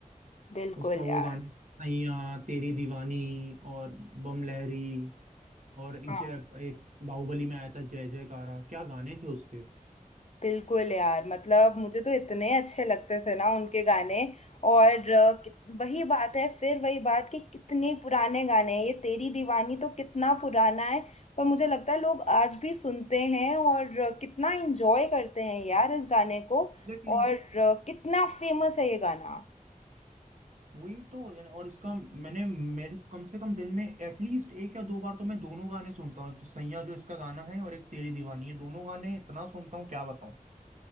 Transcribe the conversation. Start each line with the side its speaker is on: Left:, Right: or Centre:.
Left: बिल्कुल
Right: उसका वो
Left: यार
Right: गाना सैया तेरी दीवानी और बम लहरी और एक
Left: हाँ।
Right: जय एक बाहुबली में आया था जय जयकारा क्या गाने थे उसके
Left: बिल्कुल यार मतलब मुझे तो इतने अच्छे लगते थे ना उनके गाने और अ, कित- वही बात है फिर वही बात कि कितने पुराने गाने हैं ये तेरी दीवानी तो कितना पुराना है पर मुझे लगता है लोग आज भी सुनते हैं और अ, कितना एंजॉय करते हैं यार इस गाने को
Right: एग्जैक्टली
Left: और अ, कितना फेमस है ये गाना
Right: वही तो यानी और इसका मैंने मेरे कम से कम दिन में एटलीस्ट एक या दो बार तो मैं दोनों गाने सुनता हूँ एक तो सैया जो इसका गाना है और एक तेरी दीवानी ये दोनों गाने इतना सुनता हूँ क्या बताऊँ